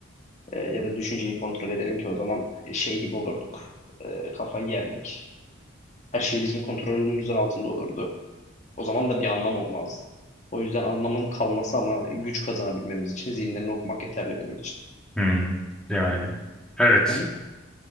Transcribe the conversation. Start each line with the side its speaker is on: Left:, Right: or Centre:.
Left: E, ya da düşünceyi kontrol edelim ki o zaman şey gibi olurduk. E, kafayı yerdik. Her şey bizim kontrolümüzün altında olurdu. O zaman da bir anlam olmazdı. O yüzden anlamın kalması ama güç kazanabilmemiz için zihinlerini okumak yeterli benim için.
Centre: Hmm, yani evet
Left: Sen?